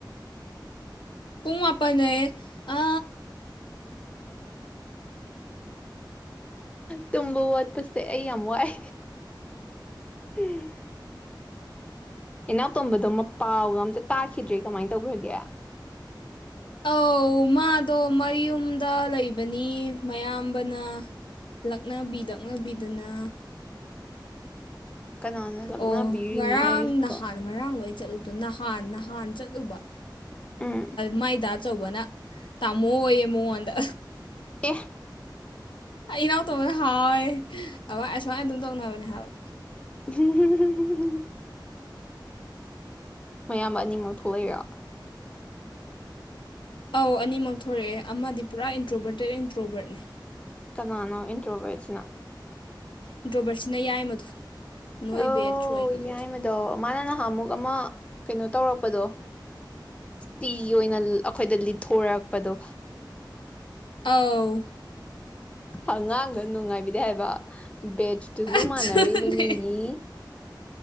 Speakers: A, on the left (about 85°); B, on the left (about 15°).
A: ꯄꯨꯡ ꯃꯗ ꯑ
B: ꯇꯨꯝꯕ ꯋꯥꯠꯄꯁꯦ ꯑꯩ ꯌꯥꯝ ꯋꯥꯏ
A: <unintelligible> <inaudible>
B: ꯎꯝ ꯏꯅꯥꯎꯇꯣꯝꯕꯗꯣ ꯃꯄꯥꯎꯒ ꯑꯝꯇ ꯇꯥꯈꯤꯗ꯭ꯔꯤ ꯀꯃꯥꯏꯅ ꯇꯧꯈ꯭ꯔꯒꯦ
A: ꯑꯧ ꯃꯥꯗꯣ ꯃꯌꯨꯝꯗ ꯂꯩꯕꯅꯤ ꯃꯌꯥꯝꯕꯅ ꯂꯛꯅꯕꯤ ꯂꯛꯅꯕꯤꯗꯅ
B: ꯀꯅꯥꯅ ꯂꯛꯅꯕꯤꯔꯤꯅꯣ
A: ꯑꯣ ꯉꯔꯥꯡ
B: ꯍꯥꯏꯔꯤꯁꯤꯕꯣ
A: ꯅꯍꯥꯟ ꯉꯔꯥꯡ ꯂꯣꯏ ꯆꯠꯂꯨꯕꯗꯣ ꯅꯍꯥꯟ ꯅꯍꯥꯟ ꯆꯠꯂꯨꯕ
B: ꯎꯝ
A: ꯃꯥꯏꯗ ꯑꯆꯧꯕꯅ ꯇꯥꯝꯃꯣ ꯑꯣꯏꯌꯦ ꯃꯉꯣꯟꯗ
B: ꯑꯦ
A: ꯏꯅꯥꯎ ꯇꯣ ꯍ ꯑꯋꯥ ꯑꯁꯨꯃꯥꯏꯅ ꯑꯗꯨꯝ ꯇꯧꯅꯕꯅꯦ ꯍꯥꯏꯕ
B: ꯍꯝ ꯃꯌꯥꯝꯕ ꯑꯅꯤꯃꯛ ꯊꯣꯛꯂꯏꯔ
A: ꯑꯧ ꯑꯅꯤꯃꯛ ꯊꯣꯛꯣꯔꯛꯑꯦ ꯑꯃꯗꯤ ꯄꯨꯔꯥ ꯑꯦꯟꯇ꯭ꯔꯣꯕꯔꯇꯦꯠ ꯑꯦꯟꯇ꯭ꯔꯣꯕꯔꯠꯅꯦ
B: ꯀꯅꯥꯅꯣ ꯏꯟꯔꯣ ꯑꯣꯏꯁꯤꯅ
A: ꯏꯟ ꯗ꯭ꯔꯣꯕꯔꯁꯤꯅ ꯌꯥꯏ ꯃꯗꯨꯣ ꯅꯣꯏ
B: ꯑꯣ
A: ꯕꯦꯠꯁꯨ ꯑꯣꯏꯈꯤꯕꯗꯣ
B: ꯌꯥꯏꯃꯗꯣ ꯃꯥꯅ ꯅꯍꯥꯟ ꯑꯃꯨꯛ ꯑꯃ ꯀꯩꯅꯣ ꯇꯧꯔꯛꯄꯗꯣ ꯇꯤ ꯑꯣꯏꯅ ꯑꯩꯈꯣꯏꯗ ꯂꯤꯠꯊꯣꯔꯛꯄꯗꯣ
A: ꯑꯥꯎ
B: ꯑꯉꯥꯡꯗꯣ ꯅꯨꯡꯉꯥꯏꯕꯤꯗꯤ ꯍꯥꯏꯕ ꯕꯦꯁꯇꯨꯁꯨ
A: ꯑꯗꯨꯅꯦ
B: ꯃꯥꯟꯅꯔꯤꯕꯅꯤ <unintelligible>